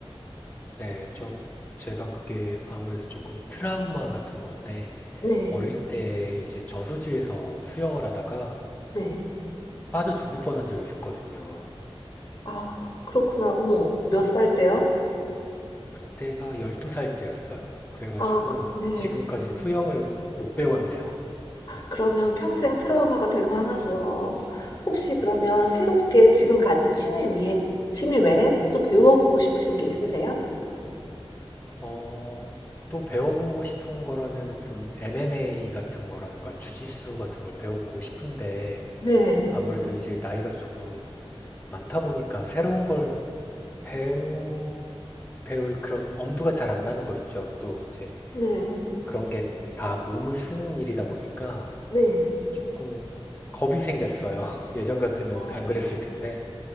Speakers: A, on the left; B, on the left.
A: 네, 저, 제가 그게 아무래도 조금 트라우마 같은 건데,
B: 네.
A: 어릴 때 이제 저수지에서 수영을 하다가
B: 네.
A: 빠져 죽을 뻔한 적이 있었거든요.
B: 아 그렇구나. 어머 몇 살 때요?
A: 그때가 12살 때였어요. 그래가지고
B: 아 그 네.
A: 지금까지 수영을 못 배웠네요.
B: 그러면 평생 트라우마가 될 만하죠. 혹시 그러면 새롭게 지금 가진 취미 위에 취미 외에 또 배워 보고 싶으신 게 있으세요?
A: 어, 또 배워보고 싶은 거라면은 좀 MMA 같은 거라든가 주짓수 같은 걸 배워보고 싶은데,
B: 네.
A: 아무래도 이제 나이가 조금 많다 보니까 새로운 걸 배우 배울 그런 엄두가 잘 안 나는 거 있죠. 또 이제
B: 네.
A: 그런 게 다 몸을 쓰는 일이다 보니까
B: 네.
A: 조금 겁이 생겼어요. <laughs> 예전 같으면
B: 아
A: 안 그랬을 텐데.